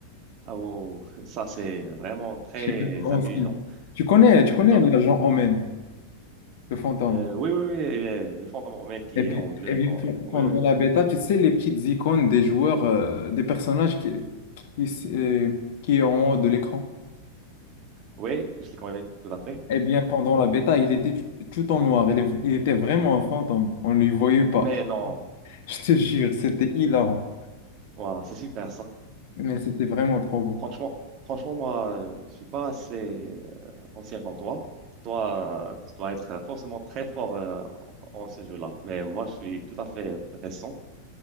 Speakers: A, on the right; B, on the left.
A: Ah, wow. wow, wow. Ça, c'est vraiment très
B: Je suis un peu ancien.
A: intelligent.
B: Tu connais, tu connais
A: Donc,
B: l'agent Omen, le fantôme.
A: euh, oui, oui, oui, le le fond de mon mail qui
B: Eh bien,
A: est en bleu
B: eh
A: et
B: bien,
A: qu'on...
B: pe-
A: Oui,
B: pendant
A: oui, oui,
B: la bêta, tu sais, les petites icônes des joueurs, euh, des personnages qui, qui, s- euh, qui est en haut de l'écran.
A: Oui, je les connais tout à fait.
B: Eh bien, pendant la bêta, il était tout tout en noir. Il, est- il était vraiment un fantôme. On ne lui voyait pas.
A: Mais non,
B: <laughs> Je te jure, c'était hilarant.
A: voilà, c'est super ça.
B: Mais c'était vraiment trop beau.
A: Franchement, franchement, moi, euh, je suis pas assez ancien comme toi, toi, euh, tu dois être forcément très fort euh, en ces jeux-là. Mais moi, je suis tout à fait récent.